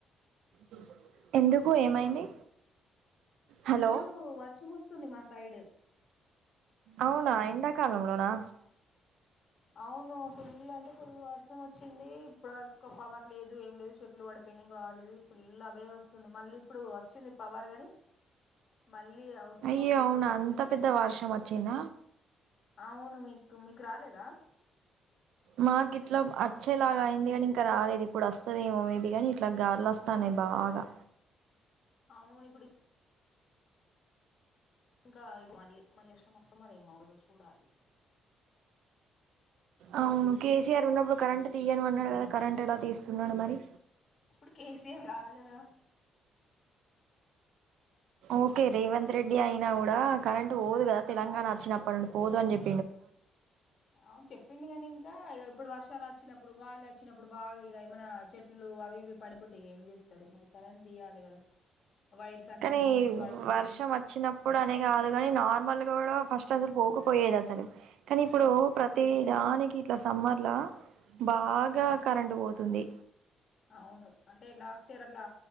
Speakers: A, on the right (about 80°); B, on the left (about 50°).
A: హు ఎందుకు ఏమైంది
B: ఫుళ్ళు
A: హలో
B: వర్షం వస్తుంది వస్తుంది మా సైడ్
A: అవునా ఎండాకాలంలోనా
B: అవును ఫుల్ అంటే ఫుల్ వర్షం వచ్చింది ఇప్పుడు వరకు పవార్ లేదు ఏం లేదు చెట్లు పడిపోయినా గాలి ఫుల్ అవే వస్తుంది మళ్ళీ ఇప్పుడు వచ్చింది పవార్ గాని మళ్ళీ అవుతూ
A: అయ్యో
B: మబ్బే
A: అవునా
B: ఉన్నది
A: అంత పెద్ద వార్షం అ చిన్న
B: అవును మీ మీకు రాలేదా
A: మాకు గిట్లా వచ్చేలాగా అయింది కాని ఇంకా రాలేదు ఇప్పుడు వస్తదేమో మేబీ గాని ఇట్లా గాడలు వస్తాన్నాయి బాగా
B: అవును ఇప్పుడు ఇంకా మళ్లీ వర్షం వస్తుందో ఇంకా చూడాలి
A: అవును కేసీఆర్ ఉన్నప్పుడు కరెంట్ తీయను అన్నాడు కదా కరెంటు ఎలా తీస్తున్నాడు మరి
B: ఇప్పుడు కేసీఆర్ గాదు గదా
A: ఓకే రేవంత్ రెడ్డి అయినా కూడా కరెంట్ పోదు కదా తెలంగాణ ప పోదు అంట చె
B: అవును చెప్పిండు కాని ఇంకా ఇకా ఇప్పుడు వర్షాలు వచ్చినప్పుడు గాలి వచ్చినప్పుడు బాగా ఇక ఏమైనా చెట్లు అవి ఇవి పడిపోతా ఇక ఏం చేస్తారు మరి కరెంట్ తీియాలి కదా వైర్స్ అన్ని
A: కానీ
B: పడిపోయి
A: వర్షం వచ్చినప్పుడు అనే కాదు కాని నార్మల్ కూడా ఫస్ట్ అసలు పోకపోయేది అసలు కానీ ఇప్పుడు ప్రతి దానికి ఇట్లా సమ్మర్ లో బాగా కరెంట్ పోతుంది
B: అవును అంటే లాస్ట్ ఇయర్ అట్లా